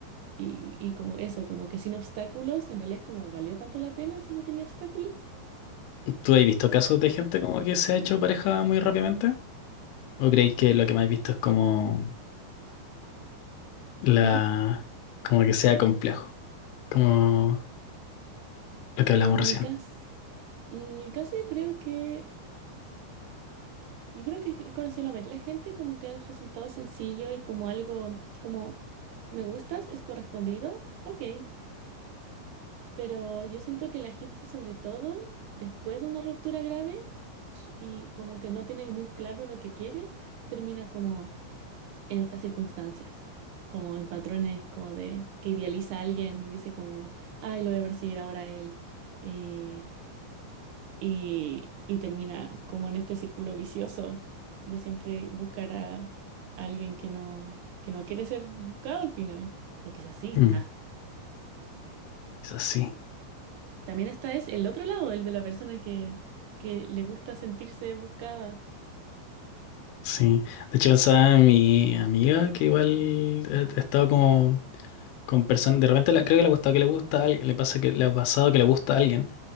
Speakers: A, on the right (about 70°); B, on the left (about 80°).
A: y, y como eso, como que sin obstáculos, en realidad es como valió tanto la pena si no tenía obstáculos.
B: ¿Tú has visto casos de gente como que se ha hecho pareja muy rápidamente? ¿O creéis que lo que más he visto es como la,
A: ¿Mm?
B: como que sea complejo? Como lo que
A: En
B: hablamos recién.
A: mi caso, en mi caso yo creo que yo creo que he conocido a la mayoría de la gente como que es resultado sencillo y como algo como me gustas, es correspondido, ok. Pero yo siento que la gente, sobre todo después de una ruptura grave s- y como que no tiene muy claro lo que quiere, termina como en estas circunstancias, como en patrones como de que idealiza a alguien y dice como, ay, lo voy a perseguir ahora a él. eh, y, y termina como en este círculo vicioso de siempre buscar a alguien que no, que no quiere ser buscado al final. O quizás sí.
B: Mm.
A: Ah.
B: Quizás sí,
A: También está es el otro lado, el de la persona que, que le gusta sentirse buscada.
B: sí. De hecho, pensaba en mi amiga que igual ha ha estado como con personas, de repente la- creo que le ha gustado que le gusta a alguien, le pasa que le ha pasado que le gusta a alguien